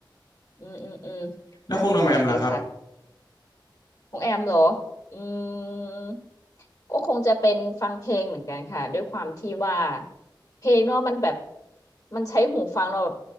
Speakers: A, on the left; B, on the left.
A: อืมอืมอืม
B: แล้วคุณหมอแหม่มล่ะครับ
A: น่าสนใจดีค่ะของแอมเหรออืมก็คงจะเป็นฟังเพลงเหมือนกันค่ะด้วยความที่ว่าเพลงเนาะมันแบบ มันใช้หูฟังเราะแบบ